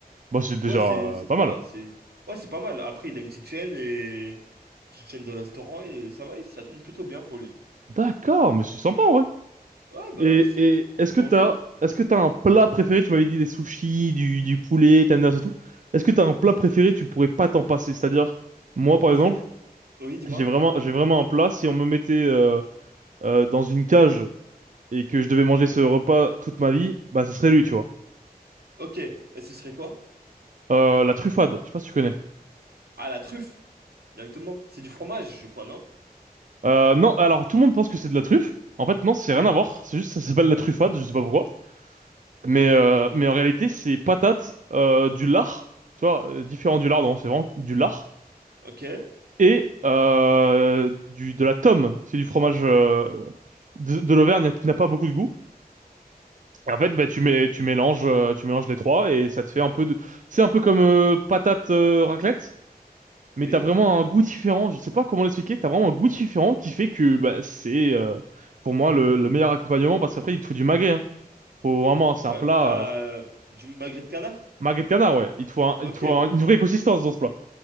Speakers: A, on the right; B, on the right.
A: Bah c'est déjà
B: Ouais, c'est
A: euh,
B: c'est
A: pas
B: ça,
A: mal.
B: c'est. Ouais, c'est pas mal. Après, il a une petite chaîne et. petite chaîne de restaurant et ça va, ça tourne plutôt bien pour lui.
A: D'accord, mais c'est sympa ouais.
B: Ouais, bah,
A: Et,
B: c'est...
A: et
B: on
A: est-ce
B: fait
A: que
B: comme
A: t'as,
B: on peut.
A: est-ce que t'as un plat préféré? Tu m'avais dit des sushis, du, du poulet, tenders et tout. Est-ce que t'as un plat préféré? Tu pourrais pas t'en passer. C'est-à-dire, moi, par
B: En
A: exemple,
B: fait, oui, dis-moi.
A: j'ai vraiment, j'ai vraiment un plat. Si on me mettait euh, euh, dans une cage et que je devais manger ce repas toute ma vie, bah, ce serait lui, tu vois.
B: Ok, et ce serait quoi?
A: Euh, la truffade. Je sais pas si tu connais.
B: Ah, la truffe, directement. C'est du fromage, je crois, non?
A: Euh, non, alors tout le monde pense que c'est de la truffe. En fait, non, c'est
B: Ok,
A: rien à voir. C'est juste, ça s'appelle la truffade. Je sais pas pourquoi. Mais, euh, mais en réalité, c'est patate, euh, du lard. Tu vois, euh, différent du lard, non, c'est vraiment du lard
B: ok,
A: et euh, du de la tome, c'est du fromage euh, de, de l'Auvergne qui n'a pas beaucoup de goût. Et en fait, bah, tu mets tu mélanges euh, tu mélanges les trois et ça te fait un peu de c'est un peu comme euh, patate euh, raclette, mais
B: oui.
A: t'as vraiment un goût différent. Je sais pas comment l'expliquer, t'as vraiment un goût différent qui fait que bah, c'est euh, pour moi le, le meilleur accompagnement parce qu'après il te faut du magret. Hein. Faut vraiment c'est
B: Ouais,
A: un plat
B: euh,
A: euh,
B: du magret de canard?
A: magret de canard ouais. Il te faut un-
B: Ok,
A: il te faut un-
B: ouais.
A: une vraie consistance dans ce plat.